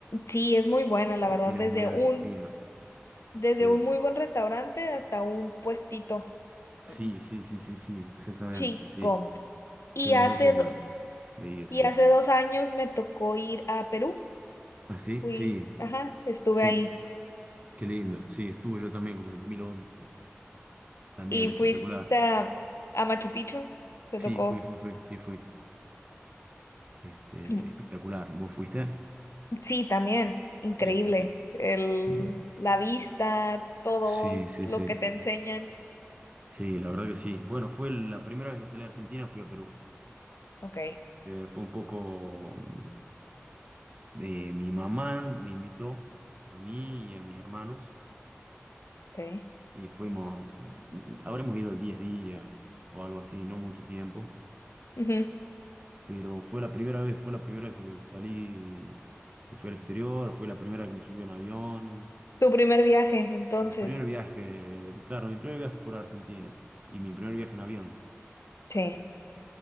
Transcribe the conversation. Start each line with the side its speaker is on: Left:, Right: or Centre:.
Left: Sí, es muy buena, la
Right: Le
Left: verdad,
Right: tienes
Left: desde
Right: muy alta
Left: un,
Right: estima.
Left: desde
Right: Sí,
Left: un muy buen restaurante hasta un puestito
Right: sí,
Left: mm,
Right: sí, sí, sí, sí, exactamente.
Left: chico.
Right: Sí,
Left: Y
Right: tengo
Left: hace,
Right: muchas ganas
Left: do-
Right: de ir,
Left: Y
Right: sí.
Left: hace dos años me tocó ir a Perú.
Right: ¿Ah, sí?
Left: Fui,
Right: Sí,
Left: ajá, estuve
Right: sí,
Left: ahí.
Right: qué lindo. Sí, estuve yo también como en el dos mil once También
Left: Y
Right: espectacular.
Left: fuiste a, a Machu Picchu. Te
Right: Sí,
Left: tocó.
Right: fui, fui, fui, sí, fui. Este,
Left: <clears throat>
Right: espectacular. ¿Vos fuiste?
Left: Sí, también. Increíble.
Right: Sí, sí, sí.
Left: El,
Right: Sí,
Left: la vista, todo
Right: sí, sí,
Left: lo
Right: sí.
Left: que te enseñan.
Right: Sí, la verdad que sí. Bueno, fue la primera vez que salí a Argentina, fui a Perú.
Left: Ok,
Right: Eh, fue un poco... mm, eh, mi mamá me invitó a mí y a mis hermanos.
Left: ok.
Right: y fuimos, mm, habremos ido 10 días o algo así, no mucho tiempo,
Left: Ujú.
Right: pero fue la primera vez, fue la primera vez que salí, que fui al exterior, fue la primera vez que me subí a un avión,
Left: Tu primer viaje, entonces.
Right: mi primer viaje, claro, mi primer viaje fuera de Argentina y mi primer viaje en avión.
Left: Sí.